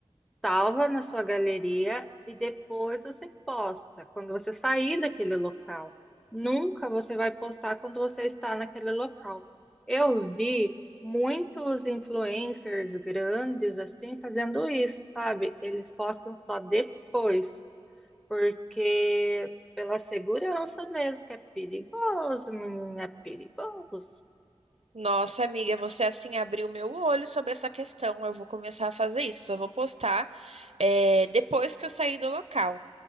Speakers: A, in the centre; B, on the right (about 80°).
A: salva na sua galeria e depois você posta, quando você sair daquele local. Nunca você vai postar quando você está naquele local. Eu vi muitos influencers grandes assim fazendo isso, sabe? Eles postam só depois. Porque pela segurança mesmo, que é perigoso, menina, é perigoso.
B: nossa amiga, você assim abriu meu olho sobre essa questão. Eu vou começar a fazer isso. Só vou postar eh, depois que eu sair do local.